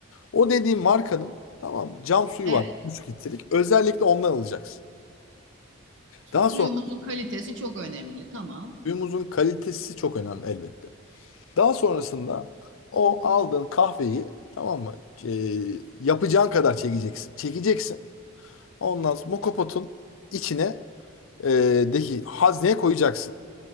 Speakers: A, on the left; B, on the right.
A: O dediğim markanın tamam mı? Cam suyu
B: Evet,
A: var. 3 litrelik. Özellikle ondan alacaksın.
B: suyumuzun
A: Daha sonra
B: kalitesi çok önemli. Tamam.
A: Suyumuzun kalitesi çok önemli elbette. Daha sonrasında o aldığın kahveyi tamam mı? E, yapacağın kadar çekeceksin. Çekeceksin. Ondan sonra mokopotun içine e, deki hazneye koyacaksın.